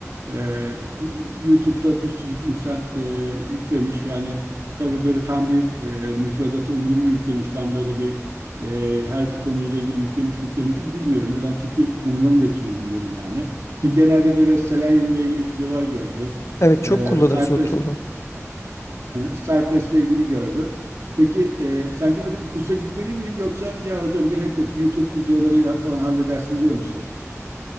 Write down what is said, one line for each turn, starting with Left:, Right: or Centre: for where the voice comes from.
Right: Ee, YouTube'da bir sürü insan e, yüklemiş. Yani tabii böyle tam bir e, müfredata uygun mu yüklemiş, tam böyle bir e, her bir konuyla ilgili yüklemiş mi yüklemiş mi bilmiyorum. Neden? Çünkü konuların hepsini bilmiyorum yani. İşte
Left: Hı hı.
Right: genelde böyle Selenium'la ilgili videolar gördüm.
Left: Evet çok
Right: Ee,
Left: kullanırız
Right: Cypress,
Left: o tool'u.
Right: e, Cypress'le ilgili gördüm. Peki e, sence böyle bir kursa gitmeli miyim yoksa ya hocam gerek yok YouTube videolarıyla falan halledersin diyor musun?